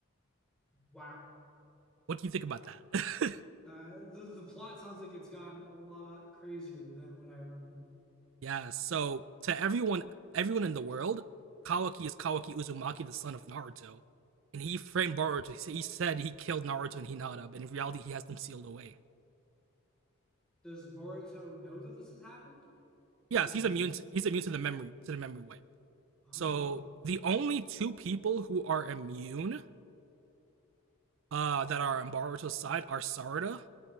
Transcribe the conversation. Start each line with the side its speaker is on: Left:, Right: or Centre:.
Centre: wow.
Right: What do you think about that? <laughs>
Centre: Uh, the the plot sounds like it's gone a lot crazier than what I remember.
Right: yeah, so to everyone everyone in the world, Kawaki is Kawaki Uzumaki, the son of Naruto. And he framed Boruto. He said he killed Naruto and Hinata, but in reality, he has them sealed away.
Centre: Does Boruto know that this has happened?
Right: Yes,
Centre: Which
Right: he's
Centre: is
Right: immune. To, he's immune to the memory to the memory wipe.
Centre: oh,
Right: So the only two people who are immune uh, that are on Boruto's side are Sarada